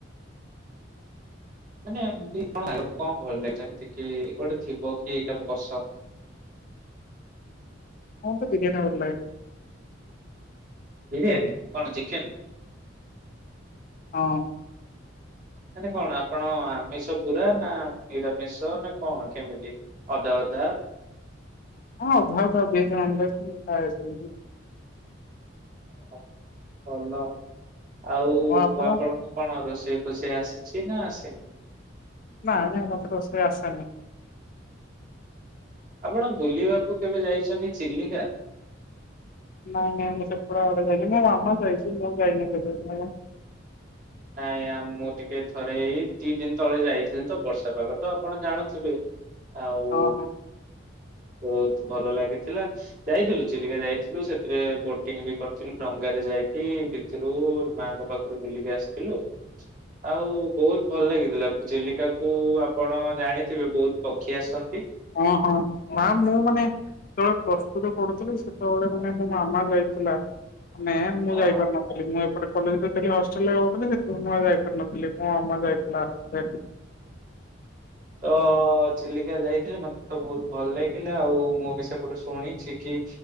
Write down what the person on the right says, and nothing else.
ମାନେ ଏମତି କଣ କଣ ଭଲ ଲାଗେ ଯେମିତି କି ଗୋଟେ ଥିବ କି ଏଇଟା ପସନ୍ଦ।
ବିରିୟାନୀ କଣ ଚିକେନ?
ମାନେ କଣ ଆପଣ ଆମିଷ ପୁରା ନା ନିରାମିଷ ନା କଣ କେମିତି ଅଦର ଦା
ଓ ଭଲ ଆଉ
ଆପଣଙ୍କୁ କଣ ରୋଷେଇ ଫସେଇ ଆସେ? ଆସେ ନା ଆସେନି?
ଆପଣ ବୁଲିବାକୁ କେବେ ଯାଇଛନ୍ତି ଚିଲିକା?
ନାଇଁ ଆ ମୁଁ ଟିକେ ଥରେ ଏଇ ଦି ଦିନ ତଳେ ଯାଇଥିଲି ତ ବର୍ଷା ପାଗ ତ ଆପଣ ଜାଣୁଥିବେ। ଆଉ
ବହୁତ ଭଲ ଲାଗିଥିଲା ଯାଇଥିଲୁ ଚିଲିକା ଯାଇଥିଲୁ ସେଥିରେ ବୋଟିଂ ବି କରିଥିଲୁ ଡଙ୍ଗାରେ। ଯାଇକି ଭିତରୁ ମାଙ୍କ ପାଖରୁ ବୁଲିକି ଆସିଥିଲୁ। ଆଉ ବହୁତ ଭଲ ଲାଗିଥିଲା ଚିଲିକା କୁ ଆପଣ ଜାଣିଥିବେ ବହୁତ ପକ୍ଷୀ ଆସନ୍ତି।
ହଁ
ତ ଚିଲିକା ଯାଇଥିଲି ମତେ ତ ବହୁତ ଭଲ ଲାଗିଲା ଆଉ ମୁଁ ବି ସେପଟୁ ଶୁଣିଛି କି।